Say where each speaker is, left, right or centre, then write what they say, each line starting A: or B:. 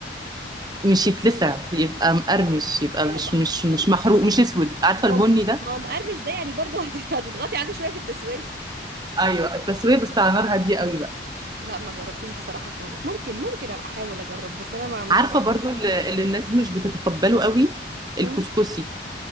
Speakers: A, on the right; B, on the right.
A: مش يتلسع يبقى مقرمش يبقى
B: ايوه
A: مش
B: ما
A: مش مش محروق مش اسود عارفه
B: ما
A: البني
B: هم
A: ده
B: ما هم مقرمش ده يعني برضه هت- هتضغطي عليه شويه في التسويه
A: ايوه التسويه بس على نار هاديه قوي بقى
B: لا ما جربتوش بصراحه خالص ممكن ممكن ابقى احاول اجربه بس انا ما ما
A: عارفة
B: حاولتش
A: برضو اللي اللي الناس مش بتتقبله قوي الكسكسي
B: مم.